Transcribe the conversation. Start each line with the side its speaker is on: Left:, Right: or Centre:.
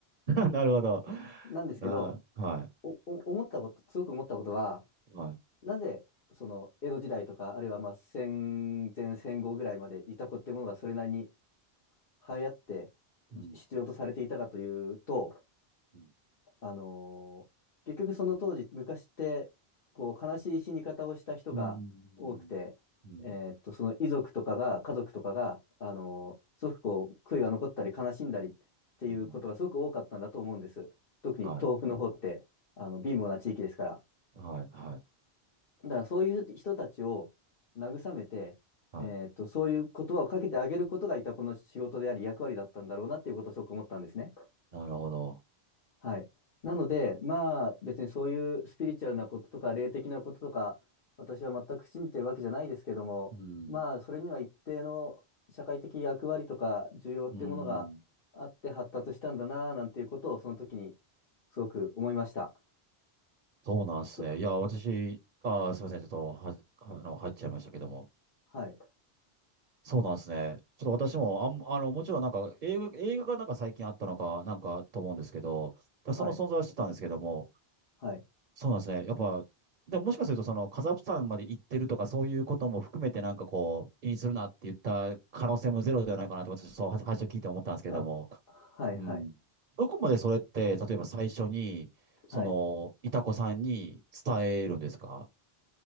Right: <laughs> なるほど。
Left: なんですけど、
Right: ああ、は
Left: お、お、思ったこと、すごく思ったことは、
Right: い。はい。
Left: なぜ、その江戸時代とか、あるいはまあ戦前戦後ぐらいまでいた子ってものがそれなりに流行ってじ必要とされていたかというと、
Right: うん。うん。
Left: あのー結局その当時、昔って、こう、悲しい死に方をした人が多くて、
Right: うん。うん。
Left: えーっと、その遺族とかが、家族とかが、あのーすごくこう、悔いが残ったり悲しんだりっていうことがすごく多かったんだと思うんです。
Right: うん。
Left: 特に東北の方って、
Right: はい。
Left: あの、貧乏な地域ですから。
Right: はい。はい。
Left: だからそういう人たちを慰めて、
Right: はい。
Left: えーっと、そういう言葉をかけてあげることがいたこの仕事であり役割だったんだろうなっていうことをすごく思ったんですね。
Right: なるほど。
Left: はい。なので、まあ、別にそういうスピリチュアルなこととか、霊的なこととか、私は全く信じてるわけじゃないですけども、
Right: うん。
Left: まあ、それには一定の社会的役割とか、需要っていうものがあって発達したんだな、
Right: うん。
Left: なんていうことを、その時にすごく思いました。
Right: そうなんですね。
Left: と、
Right: いや、私、ああ、すみません。ちょっとは、あの、入っちゃいましたけども。
Left: はい、
Right: そうなんですね。ちょっと私も、あん、あの、もちろんなんか映画、映画がなんか最近あったのか、なんかと思うんですけど、だその存在は知ってたんですけども、
Left: はい、はい。
Right: そうなんですね。やっぱ、でももしかするとそのカザフスタンまで行ってるとかそういうことも含めてなんかこう、気にするなって言った可能性もゼロではないかなと私、そう、は最初聞いて思ったんですけども、
Left: あ、はい、
Right: うん。
Left: はい。
Right: どこまでそれって、
Left: あ
Right: 例えば最初に、その、
Left: はい。
Right: いたこさんに伝えるんですか